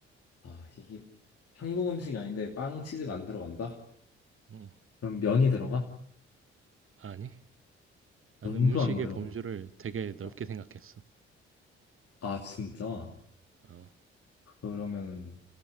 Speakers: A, on the left; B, on the right.
A: 아, 이게 한국 음식이 아닌데 빵 치즈가 안 들어간다?
B: 응.
A: 그럼 면이 들어가?
B: 아, 아니. 나는
A: 면도
B: 음식의
A: 안 들어가.
B: 범주를 되게 넓게
A: 어.
B: 생각했어.
A: 아, 진짜?
B: 어,
A: 그러면